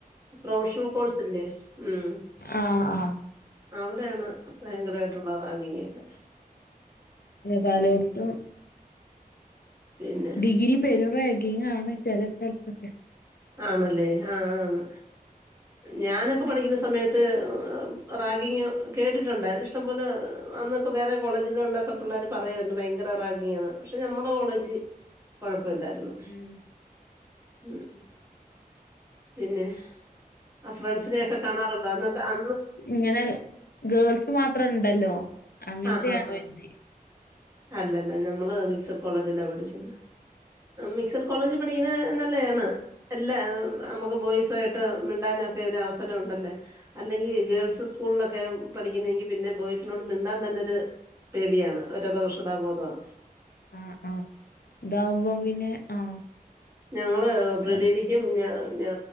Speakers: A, on the right; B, on the left.
A: പ്രൊഫഷണൽ കോഴ്സില്ലെ. ഉം.
B: ആഹ് ആഹ്
A: അവിടേണ് ഭയങ്കരായിട്ട്ള്ള റാഗിങ്ങൊക്കെ.
B: ന്ന് പലോട്ത്തും,
A: പിന്നെ
B: ഡിഗ്രി പെരും റേഗിങ്ങാണ് ചെല സ്ഥലത്തൊക്കെ.
A: ആണല്ലേ, ആഹ് ആണ്. ഞാനൊക്കെ പഠിക്ക്‌ന്ന സമയ ത്ത് റാഗിങ് കേട്ടിട്ടുണ്ട്. ഇഷ്ടം പോലെ അന്നൊക്കെ വേറെ കോളേജിലൊള്ള ക്കെ പിള്ളേര് പറയാരുന്നു ഭയങ്കര റാഗിങ്ങാണ്. പക്ഷെ നമ്മുടെ കോളജ് കൊഴപ്പല്ലായിര്ന്നു.
B: ഉം.
A: ഉം പിന്നെ അ ഫ്രണ്ട്സിനെക്കെ കാണാറുണ്ടോ അന്നത്തെ അ
B: ങ്ങനെ ഗേൾസ് മാത്രണ്ടല്ലോ അങ്ങനത്തെയാണോ
A: ആഹ് ഹഹ
B: കര്തി
A: അല്ലല്ല നമ്മള് മിക്സട് കോളേജിലാ പഠിച്ചത് മിക്സട് കോളേജി പടിക്കണേ നല്ലയാണ് അല്ല നമുക്ക് ബോയ്സുവായിട്ട് മിണ്ടാനൊക്കെ ഒരു അവസരം ഉണ്ടല്ലേ അല്ലെങ്കി ഗേൾസ് സ്കൂളിലൊക്കെ പഠിക്കുന്നെങ്കി പിന്നെ ബോയ്സിനോട് മിണ്ടാ ണ്ടാൻ തന്നൊരു പേടിയാണ് ഒരപകർഷതാബോധമാണ്
B: ആഹ് ആഹ് ഇതാവുമ്പോ പിന്നെ ആഹ്
A: ഞങ്ങള് പ്രീടിഗ്രി
B: അത്
A: ഞ്ഞം ഞ ഞാ